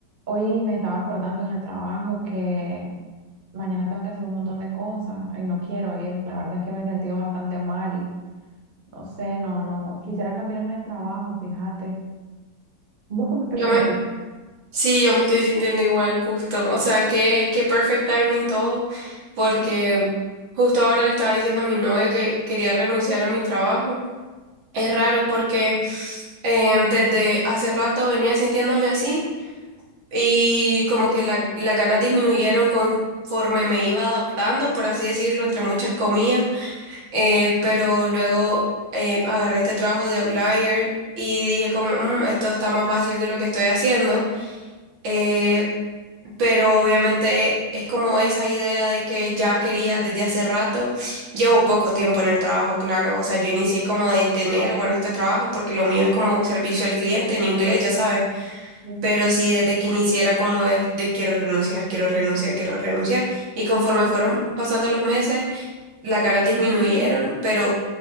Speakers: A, on the right; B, on the right.
A: Hoy me estaba acordando en el trabajo que mañana tengo que hacer un montón de cosas y no quiero ir. La verdad es que me he sentido bastante mal y no sé, no, no, quisiera cambiarme de trabajo, fíjate. ¿Vos cómo te
B: Yo
A: sentís?
B: me, sí, yo me estoy sintiendo igual, justo. O sea, qué, qué perfect timing todo, porque
A: Sí,
B: justo ahora le estaba diciendo a mi novio que quería renunciar a mi trabajo. Es raro porque eh, desde hace rato venía sintiéndome así y como que la- las ganas disminuyeron conforme me iba adaptando, por así decirlo, entre muchas comillas. Eh, pero luego eh, agarré este trabajo de Outlier y dije como, "Mm, esto está más fácil de lo que estoy haciendo. eh, pero obviamente es como esa idea de que ya quería desde hace rato. Llevo poco tiempo en el trabajo, claro, o sea, yo inicié como de enero con este trabajo porque lo mío es como servicio al cliente en inglés, ya sabes,
A: sí.
B: pero sí desde que iniciara como es de quiero renunciar, quiero renunciar, quiero renunciar. Y conforme fueron pasando los meses, las ganas disminuyeron, pero